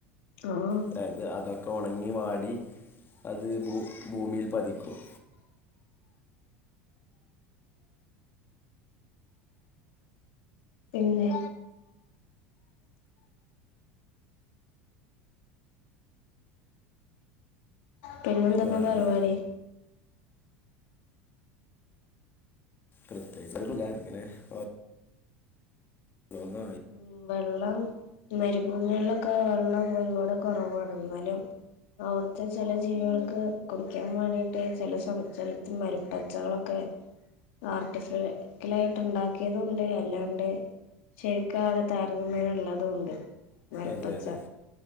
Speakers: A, on the left; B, on the left.
A: ആഹ്
B: അതായത് അതൊക്കെ ഉണങ്ങി വാടി അത് ഭൂ ഭൂമിയിൽ പതിക്കും
A: പിന്നെ പിന്നെ എന്താപ്പൊ
B: വേറെ
A: പരിപാടി
B: പ്രത്യേകിച്ചൊന്നുമില്ല ഇങ്ങനെ ഒ രോന്നായി
A: ഉം വെള്ളം മരുഭൂമി വെള്ളവൊക്കെ ആഹ് വെള്ളം ഒരുപാട് കൊറവാണ് എന്നാലും അവിടുത്തെ ചെല ജീവികൾക്ക് കുടിക്കാൻ വേണ്ടിട്ട് ചെല ജലത്തി മരുപ്പച്ചകളൊക്കെ ആർട്ടിഫിക്കലായിട്ട് ഒണ്ടാക്കിയതും ഉണ്ട് അല്ലാണ്ട് ശെരിക്കാടെ താരതമ്യേനുള്ളതും ഒണ്ട് മരുപ്പച്ച
B: അതെ അതെ